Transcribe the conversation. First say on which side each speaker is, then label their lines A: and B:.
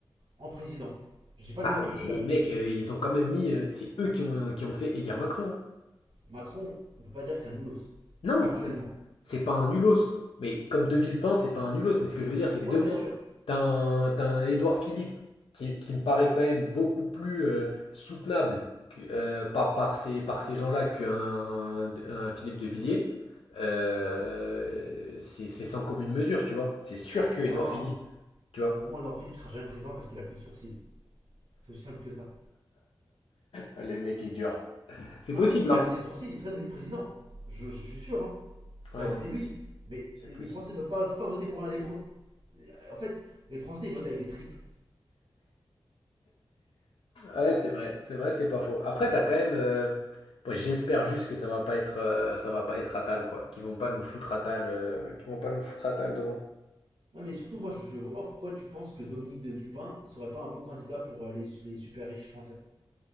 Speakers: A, on the right; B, on the left.
A: en président. Je dis pas
B: Bah,
A: qu'Edouard
B: et
A: Philippe est un
B: et
A: nulos.
B: mec, euh, ils ont quand même mis, euh, c'est eux qui ont, qui ont fait élire Macron. hein.
A: Macron, on peut pas dire que c'est un nulos.
B: Non,
A: Factuellement.
B: c'est c'est pas un nulos. Mais comme De Villepin, c'est pas un nulos. Mais ce que je veux dire, c'est que
A: Ouais,
B: demain,
A: bien sûr.
B: t'as un, t'as un Édouard Philippe qui, qui me paraît quand même beaucoup plus euh, soutenable que- euh, par, par ces, par ces gens-là qu'un un Philippe de Villiers. Euh, c'est c'est sans commune mesure, tu vois. C'est sûr que
A: Non.
B: Édouard Philippe, tu vois.
A: Pour moi, Edouard Philippe sera jamais président parce qu'il a plus de sourcils. C'est aussi simple que ça.
B: Ah, Le mec est dur. C'est
A: Non,
B: possible,
A: s'il
B: hein.
A: avait des sourcils, il serait devenu président. Je, je suis sûr, hein. ça
B: Ouais,
A: aurait
B: c'est
A: été
B: possible.
A: lui. Mais
B: C'est
A: les
B: possible.
A: Français ne peuvent pas, peuvent pas voter pour un lépreux. Euh, En fait, les Français, ils votent avec les tripes.
B: Ouais, c'est vrai, c'est vrai, c'est pas faux. Après, t'as quand même. euh, Moi, j'espère juste que ça va pas être, euh, ça va pas être Atal, quoi. Qu'ils vont pas nous foutre Atal, euh, qu'ils vont pas nous foutre Atal devant.
A: Non, mais surtout, moi, je ne vois pas pourquoi tu penses que Dominique de Villepin serait pas un bon candidat pour euh, les, les super riches français.